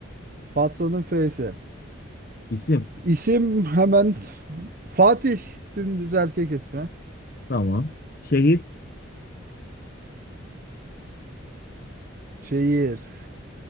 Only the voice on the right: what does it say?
Pastanın F'si.
İsim hemen Fatih. Dümdüz erkek ismi.
Şehir.